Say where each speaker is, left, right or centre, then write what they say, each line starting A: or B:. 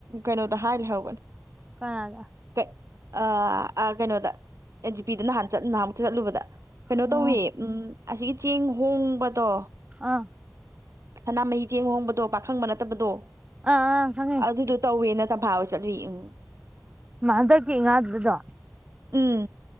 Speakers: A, on the right; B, on the right.
A: ꯀꯅꯣꯗ ꯍꯥꯏ ꯂꯩꯍꯧꯕꯅꯦ
B: ꯀꯅꯥꯗꯥ
A: ꯀꯩ ꯑꯥ ꯑꯥ ꯀꯅꯣꯗ ꯑꯦ ꯖꯤ ꯄꯤꯗ ꯅꯍꯥꯟ ꯆꯠ ꯅꯍꯥꯟ ꯃꯨꯛ ꯆꯠꯂꯨꯕꯗ ꯀꯅꯣ
B: ꯑꯣ
A: ꯇꯧꯋꯦ ꯎꯝ ꯑꯁꯤꯒꯤ ꯆꯦꯡ ꯍꯣꯡꯕꯗꯣ
B: ꯑꯥ
A: ꯁꯅꯥꯃꯍꯤ ꯆꯦꯡ ꯍꯣꯡꯕꯗꯣ ꯄꯥꯈꯪꯕ ꯅꯠꯇꯕꯗꯣ
B: ꯑꯥ ꯑꯥ ꯈꯪꯉꯦ
A: ꯑꯗꯨꯗꯣ ꯇꯧꯋꯦꯅ ꯇꯝꯐꯥ ꯍꯣꯏ ꯆꯠꯂꯨꯏ ꯎꯝ
B: ꯃꯥ ꯍꯟꯗꯛꯀꯤ ꯉꯥꯗꯨꯗ ꯗꯣ
A: ꯎꯝ